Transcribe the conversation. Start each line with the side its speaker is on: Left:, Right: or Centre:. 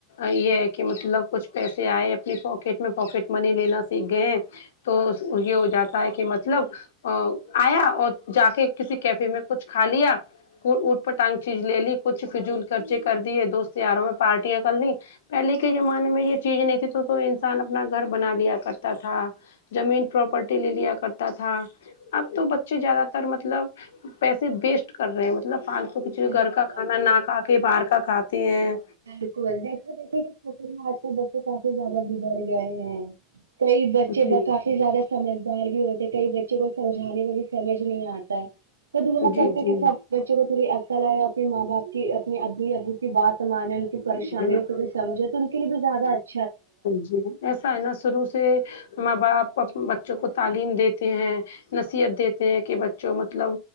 Left: یہ ہے کہ مطلب کچھ پیسے آئے اپنی پاکٹ میں پوکٹ منی لینا سیکھ گئے ہیں تو یہ ہوجاتا ہے کہ مطلب او آیا اور جا کے کسی کیفے میں کچھ کھا لیا اوٹ پٹانگ چیز لے لی کچھ فضول خرچی کر دیے دوست یاروں میں پارٹیاں کرلی پہلے کے زمانے میں یہ چیز نہیں تھی تو تو انسان اپنا گھر بنا لیا کرتا تھا زمین پراپرٹی لے لیا کرتا تھا اب تو بچے زیادہ تر مطلب پیسے ویسٹ کر رہے ہیں مط لب فالتو کچھ
Right: بالکل
Left: گھر کا کھانا
Right: ابھی دیکھا
Left: نہ کھا کے باہر کا کھاتے ہیں
Right: بالکل دیکھا دیکھی کے چکر میں آج کے بچے کافی زیادہ بگڑ گئے ہیں کئی بچے
Left: جی
Right: بتاتے زیادہ سمجھدار بھی ہوتے کئی بچے کو سمجھانے میں بھی سمجھ نہیں آتا وہ دعا
Left: جی
Right: کرتے
Left: جی
Right: ہیں کہ سب بچوں کو تھوری عقل آجاتی ماں باپ کی اپنی امی ابو کی بات مانے پریشانیوں
Left: جی
Right: کو بھی سمجھے تو ان کے لیے بھی زیادہ اچ
Left: جی ایسا ہے نا سروع سے ماں باپ بچوں کو تعلیم دیتے ہیں نصیحت دیتے ہیں کہ بچوں مطلب